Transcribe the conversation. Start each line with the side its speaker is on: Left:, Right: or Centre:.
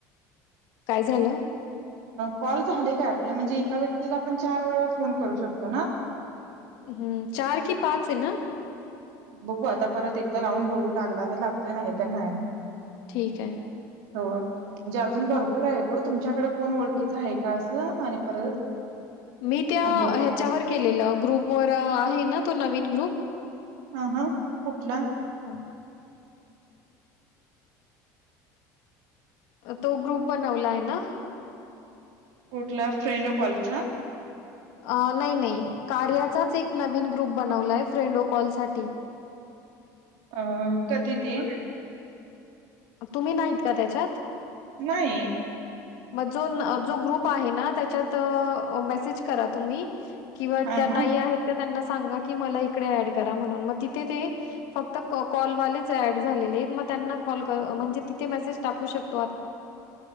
Left: काय झालं
Right: कॉल झाले काय आपल्या म्हणजे एका व्यक्तीला आपण चार वेळा फोन करू शकतो ना
Left: हम्म चार की पाच आहे ना
Right: बघू आता परत एकदा लावून बघू लागला तर लागतोय नाही तर नाही
Left: ठीक आहे
Right: हो म्हणजेजून भरपूर
Left: मग काय
Right: आहे तुमच्या तकड कोण ओळखीच आहे का असं आणि परत
Left: मी त्या
Right: नंबर
Left: ह्याच्यावर केलेलं ग्रुपवर आहेन तो नवीन ग्रुप
Right: हा हा कुठला
Left: हां. तो ग्रुप बनवला आहे ना
Right: कुठला फ्रेंडो कॉलचा
Left: अ नाही नाही कार्याचाच एक नवीन ग्रुप बनवलाय फ्रेंड अ कॉल साठी
Right: अ कधी ते
Left: तुम्ही नाहीत का त्याच्यात
Right: नाही
Left: मग जो जो ग्रुप आहे ना त्याच्यात मेसेज करा तुम्ही किंवा
Right: हा
Left: त्या
Right: हा
Left: ताई आहेत का त्यांना सागा मला इकडे ऍड करा म्हणून मग तेथे ते फक्त कॉलवालेच ऍड झाले आहेत म्हणजे तिे <unintelligible> मेसेज टाू शकत